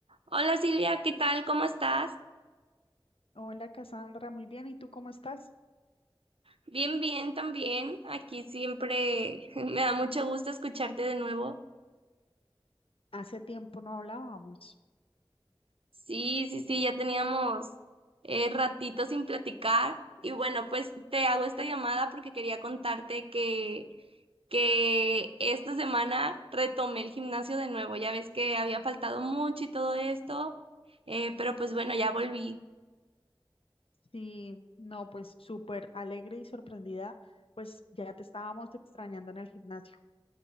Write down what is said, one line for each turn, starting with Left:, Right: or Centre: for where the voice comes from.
Right: Hola Silvia, ¿qué tal? ¿Cómo estás?
Left: Hola Cassandra, muy bien. ¿Y tú cómo estás?
Right: Bien, bien también. Aquí siempre <laughs> me da mucho gusto escucharte de nuevo.
Left: Hace tiempo no hablábamos.
Right: Sí, sí, sí, ya teníamos eh, ratito sin platicar. Y bueno, pues te hago esta llamada porque quería contarte que, que esta semana retomé el gimnasio de nuevo. Ya ves que había faltado mucho y todo esto, eh, pero pues bueno, ya volví.
Left: Sí, no, pues súper alegre y sorprendida, pues ya te estábamos extrañando en el gimnasio.